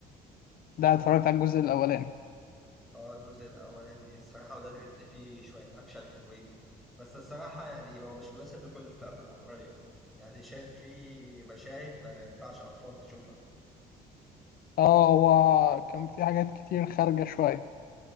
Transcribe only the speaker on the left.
ده اتفرجت على الجزء الاولاني
اه هو كان في حاجات كتير خارجة شوية